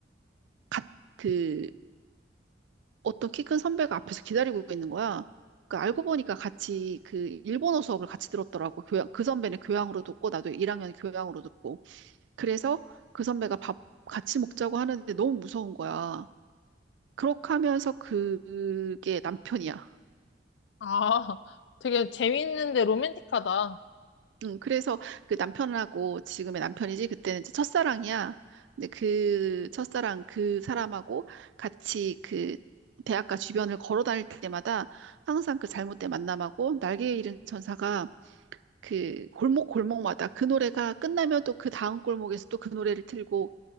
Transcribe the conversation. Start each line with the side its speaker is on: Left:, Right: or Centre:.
Right: 갓- 그 어떤 키 큰 선배가 앞에서 기다리고 있는 거야. 그 알고 보니까 같이 그 일본어 수업을 같이 들었더라고. 교양, 그 선배는 교양으로 듣고 나도 1학년 교양으로 듣고. 그래서 그 선배가 밥 같이 먹자고 하는데 너무 무서운 거야. 그렇게 하면서 그게 남편이야.
Left: 아, <laughs> 되게 재밌는데 로맨틱하다.
Right: 응, 그래서 그 남편하고 지금의 남편이지 그때는 이제 첫사랑이야. 근데 그 첫사랑 그 사람하고 같이 그 대학가 주변을 걸어 다닐 때마다 항상 그 잘못된 만남하고 날개 잃은 천사가 그 골목 골목마다 그 노래가 끝나면 또 그 다음 골목에서 또 그 노래를 틀고